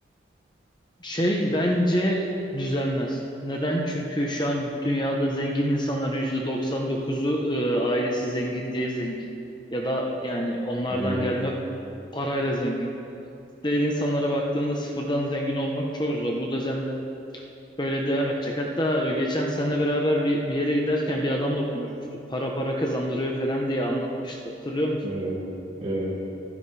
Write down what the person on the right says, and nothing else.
hı, hı,
evet, evet.